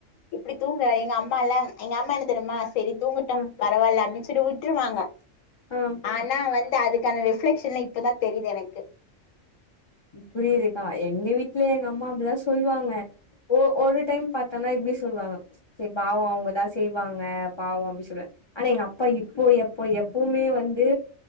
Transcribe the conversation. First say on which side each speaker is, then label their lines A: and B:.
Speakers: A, on the left (about 85°); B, on the left (about 45°).
A: இப்டி தூங்குறா எங்க அம்மா எல்லா எங்க அம்மா என்ன தெரியுமா சரி தூங்கட்டு
B: ஆ
A: பரவாயில்ல அப்டின்னு சொல்லி விட்டுருவாங்க
B: ஆம்
A: ஆனா வந்து அதுக்கு அதுக்கான ரிஃப்ளெக்ஷன்ல இப்பதா தெரிது எனக்கு
B: இப்டி இருக்கா எங்க வீட்டுல எங்க அம்மா அப்டிதா சொல்லுவாங்க ஒ ஒரு டைம் பா <unintelligible> இப்டி சொல்லுவாங்க சரி பாவம் அவங்கதான் செய்வாங்க பாவம் அப்டி சொல்லுவே ஆனா எங்க அப்பா இப்போ எப்போ எப்பவுமே வந்து